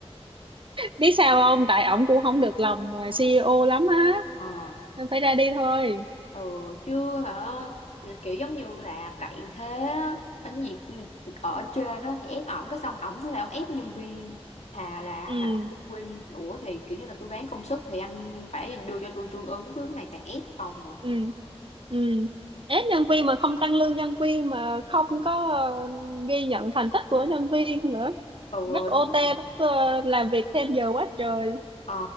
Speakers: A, on the right (about 50°); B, on the left (about 85°).
A: biết sao không tại ổng cũng không được lòng ờ, CEO lắm á
B: Ờ.
A: nên phải ra đi thôi
B: ừ chưa hả kiểu giống như là cậy thế á. ở nhiệt ừ, ở trên đó thì ép ổng cái xong ổng xuống này ổng ép nhân viên hà là
A: ừ
B: hả quên ủa thì kiểu như là tôi bán công sức thì anh phải đưa cho tôi tương ứng chứ cái này toàn ép không à.
A: ừ ừ ép nhân viên mà không tăng lương nhân viên mà không có ờ, ghi nhận thành tích của nhân viên nữa
B: ừ
A: bắt OT
B: đúng rồi.
A: bắt ờ, làm việc thêm giờ quá trời
B: ờ